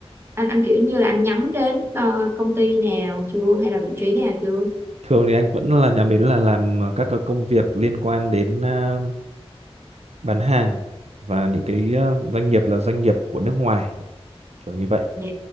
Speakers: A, on the right; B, on the right.
A: anh anh kiểu như là anh nhắm đến ờ, công ty nào chưa hay là vị trí nào chưa
B: Thường thì anh vẫn là nhắm đến là làm ờ, các cái công việc liên quan đến ờ, bán hàng và những cái ờ, doanh nghiệp là doanh nghiệp của nước ngoài, kiểu như vậy.
A: dạ